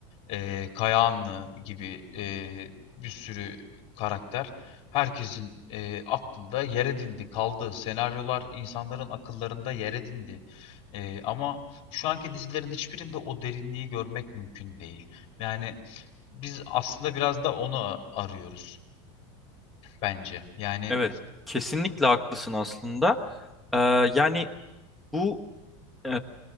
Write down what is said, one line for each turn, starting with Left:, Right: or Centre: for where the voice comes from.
Left: e, Kayahanlı gibi e, bir sürü karakter herkesin e, aklında yer edindi, kaldı. Senaryolar insanların akıllarında yer edindi. E, ama şu anki dizilerin hiçbirinde o derinliği görmek mümkün değil. Yani biz aslında biraz da onu a- arıyoruz bence. Yani
Centre: Evet, kesinlikle haklısın aslında. Ee, yani bu Ee,